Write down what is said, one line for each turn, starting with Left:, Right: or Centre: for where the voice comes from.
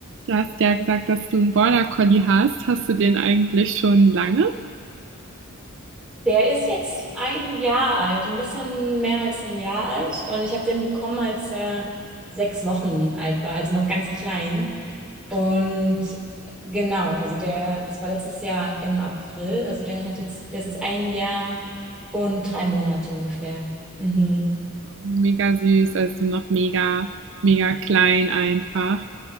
Right: Du hast ja gesagt, dass du einen Border Collie hast. Hast du den eigentlich schon lange?
Centre: Der ist jetzt ein Jahr alt, ein bisschen mehr als ein Jahr alt. Und ich habe den bekommen, als er sechs Wochen alt war, also noch ganz klein. Und genau, also der, das war letztes Jahr im April. Also der hat jetzt, der ist jetzt ein Jahr und drei Monate ungefähr. Mhm.
Right: Mega süß, also noch mega, mega klein einfach.